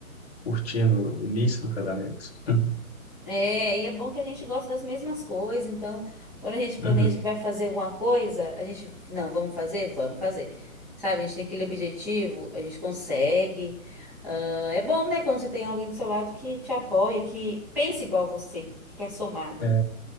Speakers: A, on the left; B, in the centre.
A: curtindo o início do casamento. <laughs>
B: É, e é bom que a gente gosta das mesmas coisas, então quando a gente
A: Uhum.
B: planeja que vai fazer alguma coisa, a gente, não, vamos fazer? Vamos fazer. Sabe, a gente tem aquele objetivo, a gente consegue. Ah, é bom, né, quando você tem alguém do seu lado que te apoia, que pensa igual você, que quer somar, né?
A: É,